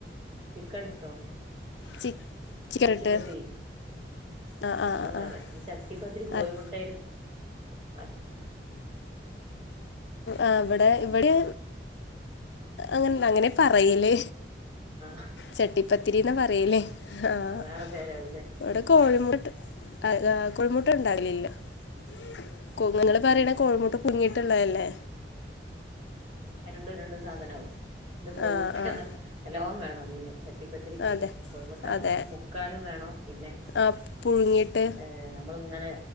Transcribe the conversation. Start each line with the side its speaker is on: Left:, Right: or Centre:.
Right: ചിക്കട്ട്ട്ടോ
Left: ചി ചിക്കൻ
Right: എർച്ചിപ്പത്തിരി
Left: ഇട്ട് ആഹ്
Right: ഉ
Left: ആഹ്
Right: അത് വേറെ
Left: ആഹ്
Right: ചട്ടിപ്പത്തിരി കോഴിമുട്ടേൽ
Left: ആഹ്
Right: ആക്കിട്ട്
Left: ആ ഇവിടെ ഇവിടേ അങ്ങന്‌ണ്ട അങ്ങനെ പറയല്
Right: ആഹ്
Left: ചട്ടിപ്പത്തിരിന്ന പറയല് ആഹ്
Right: അത് വേറെ പേരാവൂലേ
Left: ഇവിടെ
Right: ഉം
Left: കോഴിമൊ ആ കൊഴിമുട്ട ഉണ്ടാകലില്ല <unintelligible> ങള് പറയ്ണേ
Right: ആഹ്
Left: കോഴിമുട്ട <unintelligible> ട്ട്ണ്ടായില്ലെ
Right: രണ്ടും രണ്ടും സാധനവും ഇത് കോഴിമുട്ടന്ന
Left: ആഹ് ആഹ്
Right: നല്ലോം വേണോതിന് ട്ടിപ്പത്തിരിക്ക്
Left: അതെ
Right: കോഴിമുട്ട നമ്മള്
Left: അതെ
Right: മുക്കാലും വേണം പിന്നെ
Left: ആഹ് പുഴുങ്ങിയിട്ട്
Right: ഏ നമ്മള് ഇങ്ങനെ